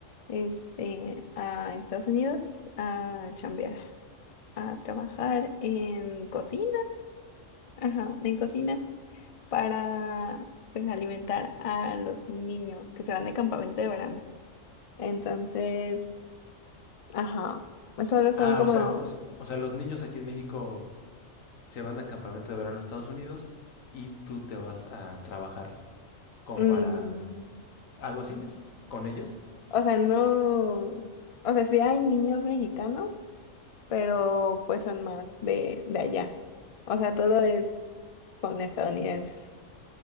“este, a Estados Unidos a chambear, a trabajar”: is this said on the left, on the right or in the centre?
Left